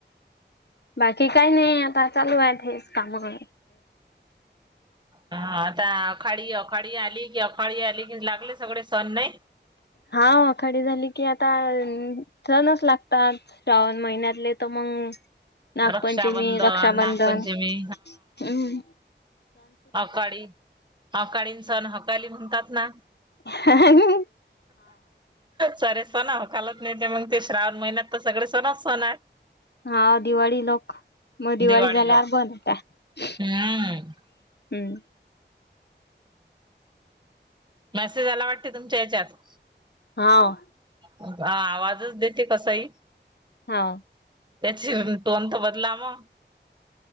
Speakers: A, on the left (about 60°); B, on the right (about 25°).
A: बाकी कांहीं नाहीं आंता चालूं आहे हेचं कामं
B: हं आंता अखांळी अखांळी आंली की अखांळी आंली की लागले सगळे संण नाहीं
A: हां आखांडी झाली की आंता सणंच लागतांत श्रावणं महिन्यांतले तरं मगं नागपंचमी
B: रक्षाबंधन,
A: रक्षाबंधन
B: नागपंचमी
A: हम्मं
B: अकांळी अकांळीं संण हकांली म्हणतांत नां
A: हां वं
B: सरे सणं हो खांलत नाहीं ते मगं ते श्रावण महिन्यांत तरं सगळे सनंच संन
A: हां दिवांळी लोकं मगं दिवाळी
B: दिवाळीला
A: झाल्यार बंद होेतांत
B: हम्म
A: हम्मं
B: मेसेज आंला वाटते तुमच्यां यांच्यात
A: हाव
B: हं आवांजच देते कसांही
A: हाव
B: त्यांची तोनंत बंदला मगं